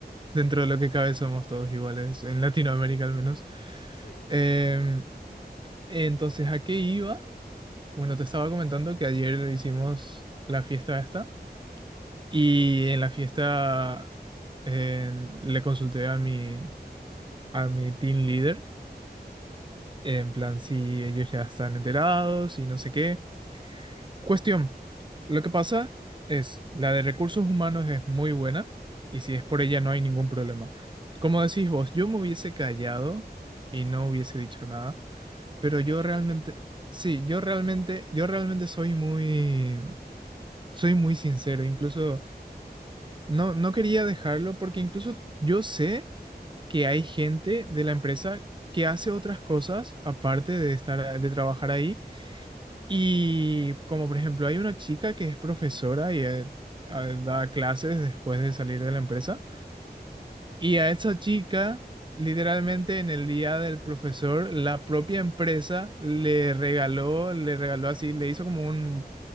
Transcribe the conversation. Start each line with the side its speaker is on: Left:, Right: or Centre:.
Right: dentro de lo que cabe somos todos iguales, en Latinoamérica al menos.
Left: Sí,
Right: Em, entonces, ¿a qué iba? Bueno, te estaba comentando que ayer le hicimos la fiesta esta y en la fiesta em, le consulté a mi, a mi team leader en plan si ellos ya están enterados y no sé qué. Cuestión. Lo que pasa es, la de recursos humanos es muy buena y si es por ella no hay ningún problema. Como decís vos, yo me hubiese callado y no hubiese dicho nada,
Left: <laughs>
Right: pero
Left: era
Right: yo
Left: lo
Right: realmente,
Left: mejor.
Right: sí, yo realmente, yo realmente soy muy, soy muy sincero. Incluso no, no quería dejarlo porque incluso yo sé que hay gente de la empresa que hace otras cosas aparte de estar, de trabajar ahí y como por ejemplo hay una chica que es profesora y eh, ah, da clases después de salir de la empresa. Y a esa chica, literalmente en el día del profesor, la propia empresa le regaló, le regaló así, le hizo como un,